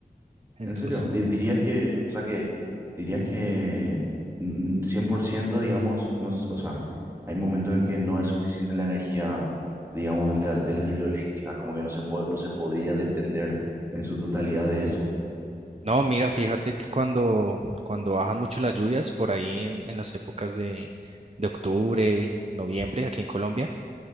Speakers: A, on the right; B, on the right.
A: Entonces,
B: ¿En serio? Di- dirías que, o sea que, dirías que mm, mm, 100%, digamos, no, s- o sea, hay momentos en que no es suficiente la energía, digamos, de, la- de las hidroeléctricas, como que no se po- no se podría depender en su totalidad de eso.
A: no, mira, fíjate que cuando, cuando bajan mucho las lluvias, por ahí en, en las épocas de, de octubre, noviembre, aquí en Colombia,